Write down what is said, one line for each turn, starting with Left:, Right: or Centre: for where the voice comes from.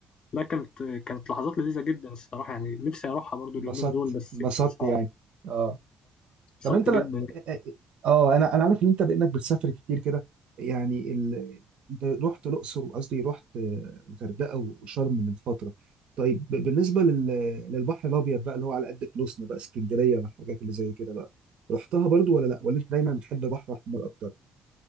Left: لا كانت كانت لحظات لذيذه جدا الصراحه يعني نفسي اروحها برضو
Right: انبسطت
Left: اليومين دول بس
Right: انبسطت
Left: صعب
Right: يعني أه
Left: اتبسطت
Right: طب انت ل-
Left: جدا
Right: اه انا انا عارف ان انت بانك بتسافر كتير كده يعني ال... انت رحت الاقصر وقصدي رحت آه، الغردقه وشرم من فتره طيب ب- بالنسبه لل... للبحر الابيض بقى اللي هو على قد فلوسنا بقى اسكندريه والحاجات اللي زي كده بقى رحتها برضو ولا لا ولا انت دايما بتحب بحر احمر اكتر